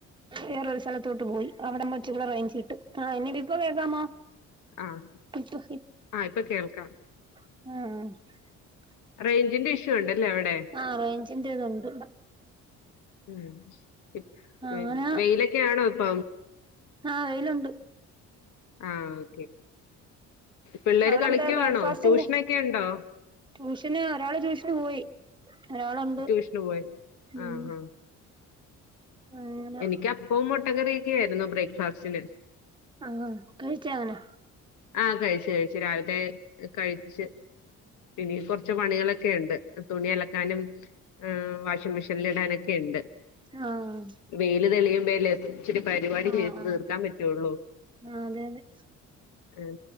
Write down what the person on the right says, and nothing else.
വേറൊരു സ്ഥലത്തോട്ട് പോയി അവിടെ വച്ച കൂടെ കഴിച്ചിട്ട് ആ എന്നീട് ഇപ്പൊ കേൾക്കാമോ?
ഇപ്പൊ
ആഹ
ആഹ് റൈഞ്ചിന്തത് ഉണ്ട്.
അങ്ങനെ
ആഹ വെയിലുണ്ട്.
അവിടെ
എന്താ ബ്രേക്ക്ഫാസ്റ്റിന്
ട്യൂഷന് ഒരാള് ട്യൂഷന് പോയി. ഒരാളുണ്ട്
ഉം
അങ്ങനെ
ആഹ കഴിച്ചങ്ങനെ
ആഹ്
ആഹ്
ആഹ്
ആഹ് അതെ അതെ